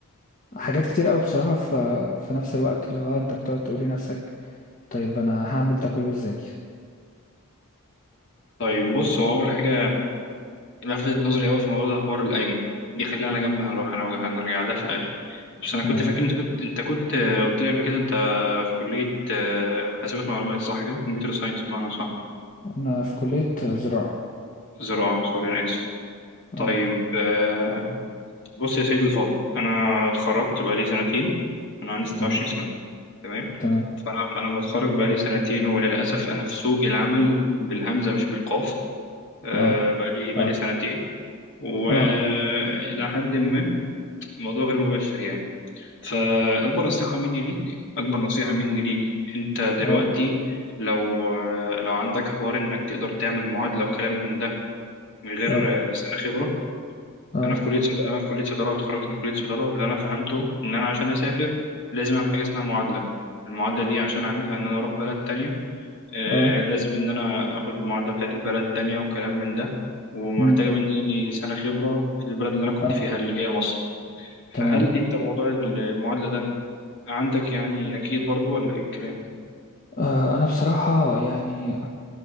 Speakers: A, on the left; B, on the left.
A: حاجات كتير قوي بصراحه في في نفس الوقت اللي هو انت بتقعد تقولي نفسك طيب انا هعمل ده كله ازاي
B: طيب بص هو أول حاجة لفتت نظري أوي في الموضوع ده حوار القايمة دي خليها على جنب هنروح هنرجع هنرجع لها في الآخر بس أنا كنت
A: تمام
B: فاكر أنت كنت أنت كنت قلت لي قبل كده أنت في كلية آه، حاسبات معلومات صح كده كمبيوتر ساينس بمعنى صح
A: أنا في كلية زراعة
B: زراعة سوري أنا آسف طيب
A: أه
B: آه، بص يا سيدي الفاضل أنا اتخرجت بقالي سنتين أنا عندي 26
A: تمام
B: سنة تمام
A: تمام
B: فأنا أنا متخرج بقالي سنتين وللأسف أنا في سوق العمل بالهمزة مش بالقاف آه،
A: أه
B: بقالي بقالي
A: أه
B: سنتين وإلى
A: أه
B: حد ما الموضوع غير مباشر يعني فأكبر نصيحة مني ليك أكبر نصيحة مني ليك أنت دلوقتي
A: أه
B: لو لو عندك حوار إنك تقدر تعمل معادلة وكلام من ده من غير
A: أه
B: سنة خبرة
A: أه
B: أنا في كلية صيدلة أنا في كلية صيدلة واتخرجت من كلية صيدلة واللي أنا فهمته إن أنا عشان أسافر لازم أعمل حاجة اسمها معادلة المعادلة دي عشان أعملها إن أنا أروح بلد تانية آه،
A: أه
B: لازم إن أنا آخد المعادلة بتاعت البلد تانية وكلام من ده ومحتاجة
A: أمم،
B: مني سنة خبرة في البلد اللي أنا كنت
A: أه
B: فيها اللي هي مصر
A: تمام
B: فهل أنت موضوع المعادلة ده عندك يعني أكيد برضو ولا إيه الكلام؟
A: أه أنا بصراحة يعني